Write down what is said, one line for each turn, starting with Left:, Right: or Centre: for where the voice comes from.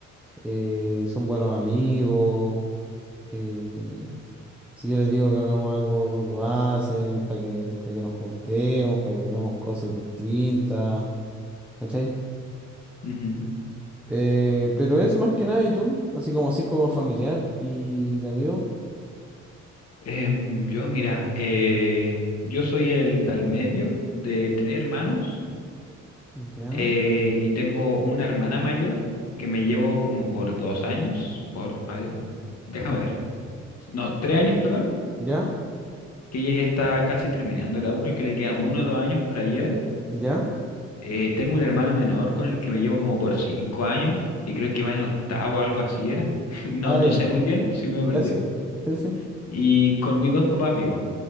Centre: eh, son buenos amigos. eh, si yo les digo que hagamos algo, lo hacen para que, para que nos juntemos, para que hagamos cosas distintas. ¿Cachai?
Left: Ujú.
Centre: Eh, pero eso más que nada, ¿y tú? Así como circo familiar y de amigos.
Left: Em, yo, mira, eh, yo soy el del medio de tres hermanos
Centre: Ya,
Left: eh, y tengo una hermana mayor que me llevo como por dos años, por, a ver, déjame ver, no, tres años, perdón,
Centre: ya,
Left: que ella ya está casi terminando la U, creo que le queda uno o dos años por ahí era.
Centre: ya,
Left: Eh, tengo un hermano menor con el que me llevo como por cinco años, que creo que va en octavo o algo así era. <laughs> No,
Centre: Ah,
Left: no
Centre: ya.
Left: sé muy bien si me
Centre: ya
Left: perdió.
Centre: sí. Sí, sí.
Left: Y con mis dos papás vivo.